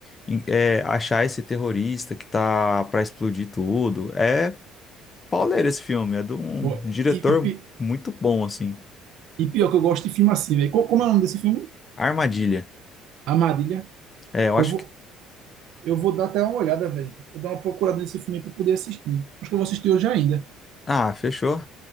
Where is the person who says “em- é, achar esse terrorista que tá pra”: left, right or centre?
Left